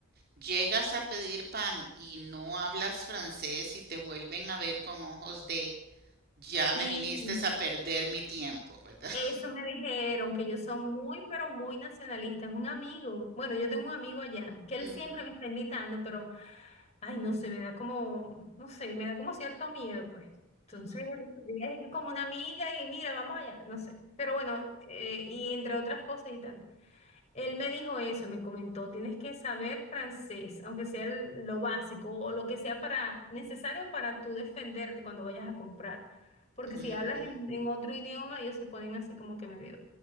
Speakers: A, on the right; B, on the left.
A: llegas a pedir pan y no hablas francés y te vuelven a ver con ojos de Ya
B: Sí.
A: me viniste a perder mi tiempo, ¿verdad?
B: Eso me dijeron, que yo soy muy, pero muy nacionalista. Es un amigo. Bueno, yo tengo un amigo allá, que él
A: <laughs> Ujú,
B: siempre me está invitando, pero, ay, no sé, me da como, no sé, me da como cierto miedo, pues. Entonces, quería ir con una amiga y mira, vamos allá, no sé. Pero bueno, eh, y entre otras cosas y tal. Él me dijo eso, me comentó, tienes que saber francés, aunque sea el- lo básico o lo que sea para necesario para tú defenderte cuando vayas a comprar. Porque
A: ujú.
B: si hablas en, en otro idioma, ellos se ponen así como que medio,